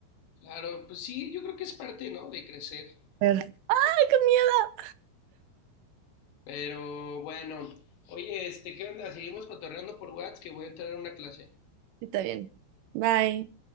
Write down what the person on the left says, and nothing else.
Claro, pues sí, yo creo que es parte, ¿no? De crecer.
Pero bueno, oye, este, ¿qué onda? Seguimos cotorreando por WhatsApp que voy a entrar a una clase.